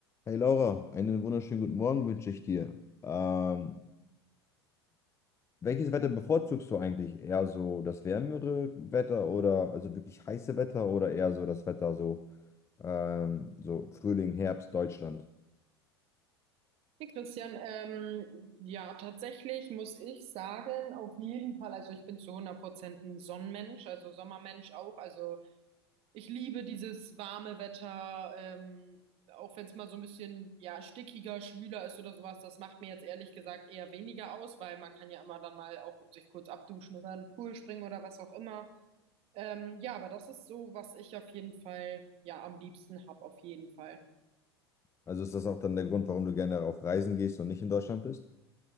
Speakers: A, on the left; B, on the right.
A: Hey Laura, einen wunderschönen guten Morgen wünsche ich dir. Ähm, welches Wetter bevorzugst du eigentlich? Eher so das wärmere Wetter oder also wirklich heiße Wetter oder eher so das Wetter so, ähm, so Frühling, Herbst, Deutschland?
B: Hey Christian, ähm, ja, tatsächlich muss ich sagen, auf jeden Fall, also ich bin zu hundert Prozent ein Sonnenmensch, also Sommermensch auch. Also ich liebe dieses warme Wetter, ähm, auch wenn es mal so ein bisschen, ja, stickiger, schwüler ist oder sowas. Das macht mir jetzt ehrlich gesagt eher weniger aus, weil man kann ja immer dann mal auch sich kurz abduschen oder in den Pool springen oder was auch immer. Ähm, ja, aber das ist so, was ich auf jeden Fall, ja, am liebsten hab, auf jeden Fall.
A: Also ist das auch dann der Grund, warum du gerne auf Reisen gehst und nicht in Deutschland bist?